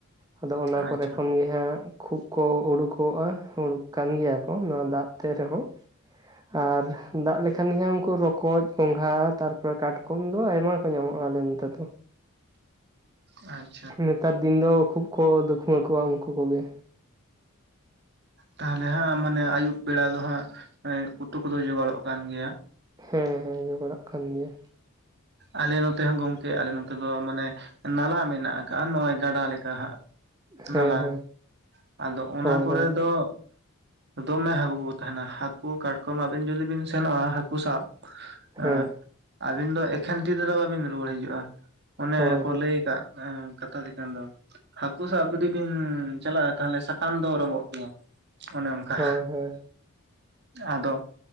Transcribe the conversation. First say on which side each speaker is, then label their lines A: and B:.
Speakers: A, on the right (about 15°); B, on the right (about 50°).
A: ᱟᱫᱚ ᱚᱱᱟ ᱠᱚᱨᱮ
B: ᱟᱪᱪᱷᱟ
A: ᱠᱷᱚᱱ ᱜᱮ ᱦᱟᱸᱜ ᱠᱷᱩᱜ ᱠᱚ ᱩᱰᱩᱠᱚᱜᱼᱟ᱾ ᱩᱲᱩᱠ ᱠᱟᱱ ᱜᱮᱭᱟ ᱠᱚ ᱱᱚᱣᱟ ᱫᱟᱜ ᱛᱮ ᱨᱮᱦᱚᱸ ᱟᱨ ᱫᱟᱜ ᱞᱮᱠᱷᱟᱱ ᱜᱮ ᱩᱱᱠᱩ ᱨᱚᱠᱚᱡ ᱜᱚᱸᱝᱜᱷᱟ ᱛᱟᱨ ᱯᱚᱨᱮ ᱠᱟᱴᱠᱚᱢ ᱫᱚ ᱟᱭᱢᱟ᱾ ᱧᱟᱢᱚᱜᱼᱟ ᱟᱞᱮ ᱚᱱᱛᱮ ᱫᱚᱼᱼ
B: ᱟᱪᱼᱼ
A: ᱱᱮᱛᱟᱨ ᱫᱤᱱ ᱫᱚ ᱠᱷᱩᱵ ᱠᱚ ᱫᱩᱠᱷᱩᱣ ᱠᱚᱣᱟ ᱩᱱᱠᱩ ᱠᱚᱜᱮ᱾
B: ᱛᱟᱞᱦᱮ ᱦᱟᱸᱜ ᱢᱟᱱᱮ ᱟᱭᱩᱵ ᱵᱮᱲᱟ ᱫᱚ ᱦᱟᱸᱜ ᱩᱛᱩ ᱠᱚᱫᱚ ᱡᱳᱚᱜᱟᱲᱚᱜ ᱠᱟᱱ ᱜᱮᱭᱟ᱾
A: ᱦᱮᱸ ᱦᱮᱸ ᱡᱚᱜᱟᱲᱟᱜ ᱠᱟᱱ ᱜᱮᱭᱟ᱾
B: ᱟᱞᱮ ᱱᱚᱛᱮ ᱦᱚᱸ ᱜᱚᱝᱠᱮ ᱟᱞᱮ ᱱᱚᱛᱮ ᱫᱚ ᱢᱟᱱᱮ ᱱᱟᱞᱟ ᱢᱮᱱᱟᱜ ᱠᱟᱜᱼᱟ ᱱᱚᱜᱚᱭ ᱜᱟᱰᱟ ᱞᱮᱠᱟ ᱦᱟᱸᱜ᱾
A: ᱦᱮᱸ
B: ᱱᱟᱞᱟ
A: ᱦᱮᱸ
B: ᱟᱫᱚ ᱚᱱᱟ
A: ᱦᱳᱭ
B: ᱠᱚᱨᱮ
A: ᱦᱳᱭ
B: ᱫᱚ
A: <inaudible>
B: ᱫᱚᱢᱮ ᱦᱟᱹᱠᱩ ᱠᱚ ᱠᱚ ᱛᱟᱦᱮᱱᱟ ᱦᱟᱹᱠᱩ ᱠᱟᱴᱠᱚᱢ ᱟᱵᱤᱱ ᱡᱩᱫᱤ ᱵᱤᱱ ᱥᱮᱱᱚᱜᱼᱟ ᱦᱟᱹᱠᱩ ᱥᱟᱵᱼᱼ
A: ᱦᱮᱸ
B: ᱟᱜ ᱟᱹᱵᱤᱱ ᱫᱚ ᱮᱠᱷᱮᱱ ᱛᱤ ᱛᱮᱫᱚ ᱵᱟᱵᱤᱱ ᱨᱩᱣᱟᱹᱲ ᱦᱤᱡᱩᱜᱼᱟ ᱚᱱᱮ
A: ᱦᱳᱭ
B: ᱠᱚ
A: ᱦᱳᱭ
B: ᱞᱟᱹᱭ ᱠᱟᱜᱼᱼ ᱠᱟᱛᱷᱟ ᱛᱟᱦᱮᱸᱠᱟᱱ ᱫᱚ ᱦᱟᱹᱠᱩ ᱥᱟᱵ ᱡᱩᱫᱤ ᱵᱤᱱ ᱪᱟᱞᱟᱜᱼᱟᱼᱼ ᱛᱟᱞᱦᱮ ᱥᱟᱠᱟᱢ ᱫᱚ ᱨᱚᱝᱚᱜ ᱜᱮᱭᱟ ᱚᱱᱮ ᱚᱱᱠᱟ᱾
A: ᱦᱳᱭ ᱦᱳᱭ
B: ᱟᱫᱚ